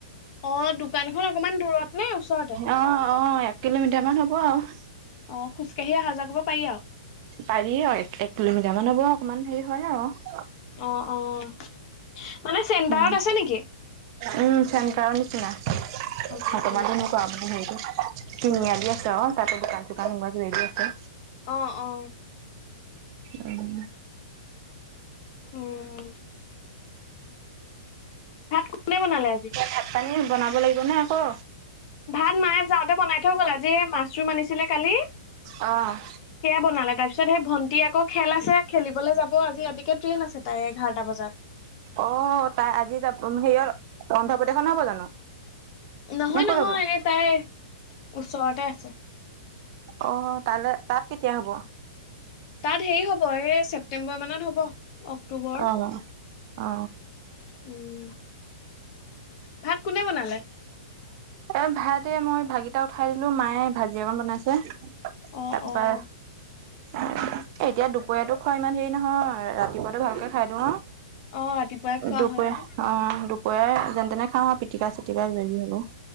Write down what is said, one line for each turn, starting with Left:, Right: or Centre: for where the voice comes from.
Left: অ', দোকানখন অকমান দূৰত নে ওচৰত?
Right: অ', অ', এক কিলোমিটাৰ মান হ'ব আৰু।
Left: অ', খোজ কঢ়ি আহা যোৱা কৰিব পাৰি আৰু?
Right: পাৰি অ' এক কিলোমিটাৰ মানৰ পৰা অকমান হেৰি হয় আৰু।
Left: অ', অ', মানে চেণ্টাৰত
Right: উম
Left: আছে নেকি?
Right: উম, চেণ্টাৰৰ নিচিনা
Left: উম।
Right: বৰ্তমান <unintelligible> কৰা মানে সেইটো। তিনিআলি আছে আৰু তাতে দোকান চোকান <unintelligible> আছে।
Left: অ', অ'।
Right: উম।
Left: উম। ভাত কোনে বনালে আজি?
Right: ভাত পানী বনাব লাগিব নে আকৌ?
Left: ভাত মায়ে যাওঁতে বনাই থৈ গ'ল আজি মাছৰুম আনিছিলে কালি।
Right: অ'।
Left: সেয়া বনালে। তাৰপিছত সেই ভণ্টি আকৌ খেল আছে খেলিবলৈ যাব আজি ৰাতিকে ট্ৰেইন আছে তাই এঘাৰটা বজাত।
Right: অ', তাই আজি যাব হেৰিয়ত অন্ধ্ৰপ্ৰদেশ নহ'ব জানো?
Left: নহয়
Right: নে ক'ত
Left: নহয়
Right: হ'ব
Left: এই তাই ওচৰতে আছে।
Right: অ', তালে তাত কেতিয়া হ'ব?
Left: তাত হেৰি হ'ব এই ছেপ্তেম্বৰ মানত হ'ব অক্টোবৰ।
Right: অ অ
Left: উম, ভাত কোনে বনালে?
Right: এ ভাত এই মই ভাতকিটা উঠাই দিলো মায়ে ভাজি অকন বনাইছে।
Left: অ',
Right: তাৰপা
Left: অ',
Right: এতিয়া দুপৰীয়াটো খোৱা ইমান হেৰি নহয় ৰাতিপুৱাটো ভালকে খাই দিওঁ আৰু।
Left: অ', ৰাতিপুৱাই খোৱা
Right: দুপৰীয়া
Left: হয় আৰু।
Right: অ' দুপৰীয়া যেনে তেনে খাওঁ আৰু পিটিকা চিটিকা কিবা কিবি হ'লেও।